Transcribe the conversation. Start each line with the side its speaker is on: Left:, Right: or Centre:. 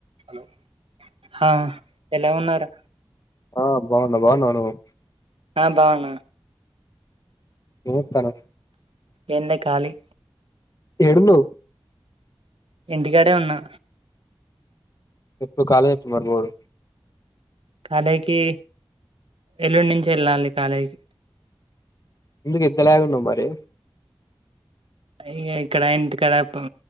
Right: Hello హా ఎలా ఉన్నారు
Left: ఆ బాగున్న బాగున్నావువ్వు
Right: ఆ బాన
Left: ఏం చేస్తన్నావ్
Right: ఏం లే ఖాళీ
Left: ఏడున్నావ్
Right: ఇంటికాడే ఉన్నా
Left: ఎప్పుడు కాలే చెప్పుడు మరి బోడు
Right: కాలేకి ఎల్లుండి నుంచి వెళ్ళాలి కాలేకి
Left: ఎందుకు ఇంతలేకున్నా మరి
Right: ఇగ ఇక్కడ ఇంటికాడ ఉ